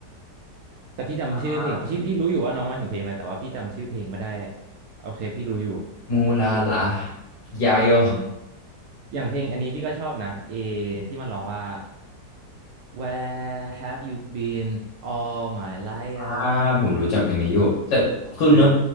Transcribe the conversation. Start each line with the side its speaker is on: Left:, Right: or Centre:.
Right: แต่พี่จำชื่อเพลงชื่อพี่รู้อยู่ว่าน้องหมายถึงเพลงอะไรแต่ว่าพี่จำชื่อเพลงไม่ได้
Left: อ่า
Right: โอเคพี่รู้อยู่
Left: มูลาลายาโย
Right: อืม อย่างเพลงอันนี้พี่ก็ชอบนะเอที่มันร้องว่า Where have you been all my life
Left: อ่า
Right: อะ
Left: ผมรู้จักเพลงนี้อยู่แต่คือเนื้อ
Right: เออ